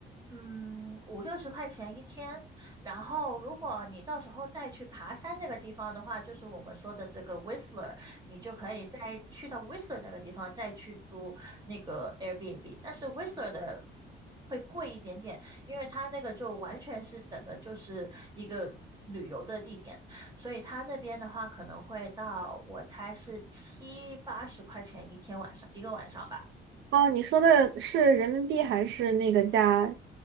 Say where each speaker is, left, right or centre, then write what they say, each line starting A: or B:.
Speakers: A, on the right; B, on the right.
A: 嗯五六十块钱一天。然后如果你到时候再去爬山那个地方的话，就是我们说的这个 Whistler，你就可以再去到 Whistler 那个地方再去租那个 Airbnb。但是 Whistler 的会贵一点点，因为它那个就完全是整个就是一个旅游的地点。所以他那边的话可能会到，我猜是七八十块钱一天晚上，一个晚上吧。
B: 哦，你说的是人民币还是那个加